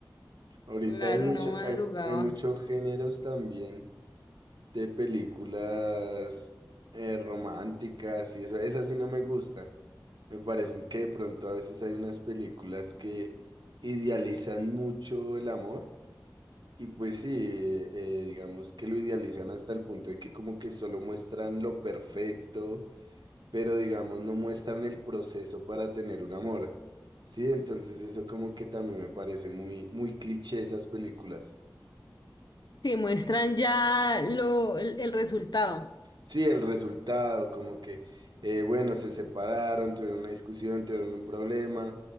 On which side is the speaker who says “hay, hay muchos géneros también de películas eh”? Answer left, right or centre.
Right